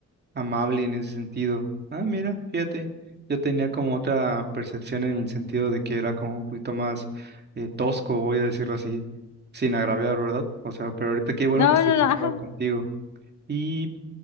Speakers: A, on the right (about 35°); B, on the left (about 70°).
A: amable en ese sentido. Ah, mira, fíjate, yo tenía como otra percepción en el sentido de que era como un poquito más eh, tosco, voy a decirlo así, sin agraviar, ¿verdad? O sea, pero ahorita qué bueno
B: No,
A: que estoy
B: no,
A: platicando
B: no, ajá.
A: contigo. Y